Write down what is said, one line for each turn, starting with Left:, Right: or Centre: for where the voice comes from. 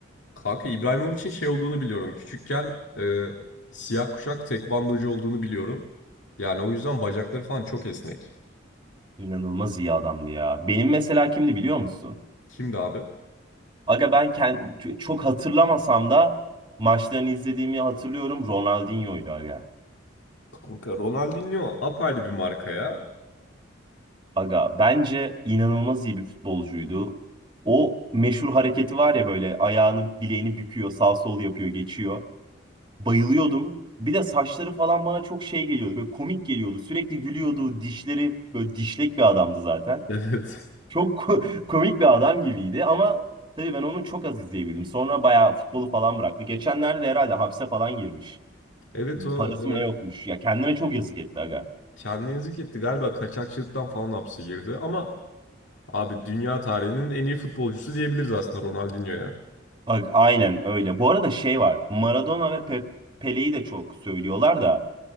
Left: Kanka İbrahimovic'in şey olduğunu biliyorum. Küçükken e, siyah kuşak tekvandocu olduğunu biliyorum. Yani o yüzden bacakları falan çok esnek.
Right: İnanılmaz iyi adamdı ya. Benim mesela kimdi biliyor musun?
Left: Kimdi abi?
Right: Aga ben kend- çok hatırlamasam da maçlarını izlediğimi hatırlıyorum. Ronaldinho'ydu aga.
Left: Kanka Ronaldinho apayrı bir marka ya.
Right: Aga bence inanılmaz iyi bir futbolcuydu. O meşhur hareketi var ya böyle ayağını bileğini büküyor, sağ sol yapıyor, geçiyor. Bayılıyordum. Bir de saçları falan bana çok şey geliyordu. Böyle komik geliyordu. Sürekli gülüyordu. Dişleri böyle dişlek bir adamdı zaten.
Left: Evet.
Right: Çok ko- <laughs> komik bir adam gibiydi ama tabii ben onu çok az izleyebildim. Sonra bayağı futbolu falan bıraktı. Geçenlerde de herhalde hapse falan girmiş.
Left: Evet o
Right: Parası
Left: e,
Right: mı ne yokmuş. Ya kendine çok yazık etti aga.
Left: kendine yazık etti. Galiba kaçakçılıktan falan hapse girdi. Ama abi dünya tarihinin en iyi futbolcusu diyebiliriz aslında Ronaldinho'ya.
Right: Bak aynen öyle. Bu arada şey var. Maradona ve Pe- Pele'yi de çok söylüyorlar da